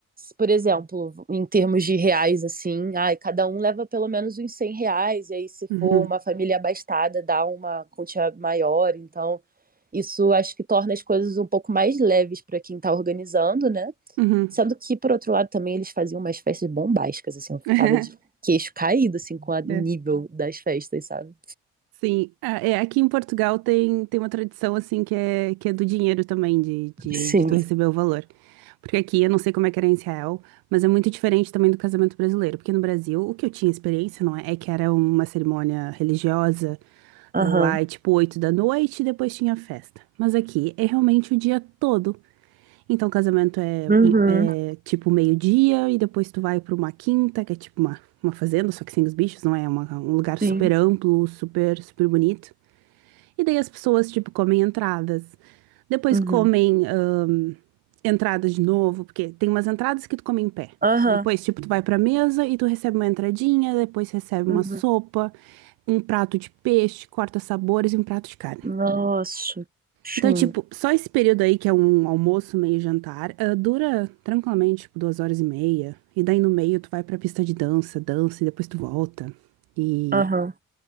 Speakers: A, on the right (about 25°); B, on the right (about 75°).
A: por exemplo, em termos de reais assim, ai, cada um leva pelo menos uns 100 reais e aí se for
B: Uhum,
A: uma família abastada dá uma quantia maior, então isso acho que torna as coisas um pouco mais leves para quem está organizando, né?
B: uhum.
A: Sendo que, por outro lado, também eles faziam umas festas bombásticas, assim, eu ficava
B: <laughs>
A: de queixo caído, assim, com a- o
B: É.
A: nível das festas, sabe?
B: Sim, Ah, é, aqui em Portugal tem, tem uma tradição assim que é, que é do dinheiro também, de, de,
A: Sim.
B: de tu receber o valor. Porque aqui, eu não sei como é que era em Israel, mas é muito diferente também do casamento brasileiro. Porque no Brasil, o que eu tinha experiência, não é? É que era uma cerimônia religiosa,
A: Aham.
B: ah, lá é tipo 8 da noite e depois tinha festa. Mas aqui é realmente o dia todo. Então, o casamento é,
A: Uhum.
B: é tipo meio-dia e depois tu vai pra uma quinta, que é tipo uma, uma fazenda, só que sem os bichos, não é? É Uma, um lugar super
A: Sim.
B: amplo, super, super bonito. E daí as pessoas, tipo, comem entradas. Depois
A: Uhum.
B: comem ahn, entradas de novo, porque tem umas entradas que tu come em pé.
A: Aham.
B: Depois, tipo, tu vai pra mesa e tu recebe uma entradinha, depois recebe
A: Uhum.
B: uma sopa, um prato de peixe, corta sabores e um prato de carne.
A: Nossa. Sim.
B: Então, tipo, só esse período aí, que é um almoço, meio jantar, ah, dura tranquilamente, tipo, duas horas e meia. E daí no meio tu vai pra pista de dança, dança e depois tu volta. E,
A: Aham.